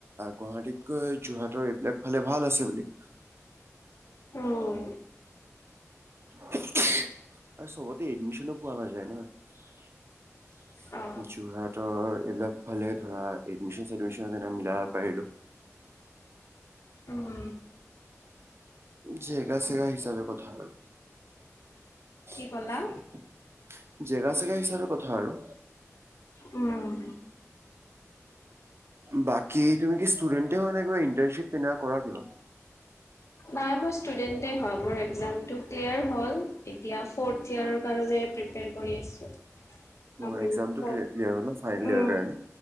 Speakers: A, on the right; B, on the left.
A: গুৱাহাটীতকৈ যোৰহাটৰ এইবিলাক ফালে ভাল আছে বুলি
B: উম
A: আৰু চবতে এডমিচনো পোৱা নাযায় ন
B: অ
A: যোৰহাটৰ এইবিলাক ফালে ধৰা এডমিশ্চন চেডমিশ্চন এনে মিলাব পাৰিলো
B: উম হুম
A: জেগা চেগা হিচাপে কোথা আৰু
B: কি
A: <inaudible>
B: ক'লা
A: জেগা চেগা হিচাপে কথা আৰু
B: উম
A: বাকী তুমি কি ষ্টুডেন্টে এ হয় নে কিবা ইন্টাৰ্নচিপ তেনে কৰা কিবা
B: নাই মোৰ ষ্টুডন্ট এ হয় মোৰ এক্সামটো ক্লেয়াৰ হ'ল এ এতিয়া ফৰ্থ ইয়াৰৰ কাৰণে প্ৰিপেয়াৰ ক কৰি আছোঁ
A: অ
B: আমি
A: এক্সামটো
B: ফ'ৰ্থ
A: ক্লে ক্লেয়াৰ হল ন ফাইনেল ইয়াৰৰ
B: উম
A: কাৰণে,